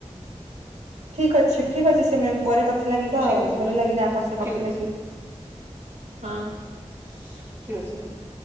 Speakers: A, on the right; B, on the right.
A: ଠିକ୍ ଅଛି ଠିକ୍ ଅଛି ସେ ମ୍ୟମ୍। ପରେରେ କଥା ଲାଗିବା
B: ଠିକ୍
A: ଆଉ
B: ଅଛି
A: ଭଲ
B: ମ୍ୟାମ୍
A: ଲାଗିଲା ଆପଣ ସହ
B: ଠିକ୍
A: କଥା
B: ଅଛି
A: ଲାଗିକି ହଁ।
B: ଠିକ୍ ଅଛି ମ୍ୟାମ।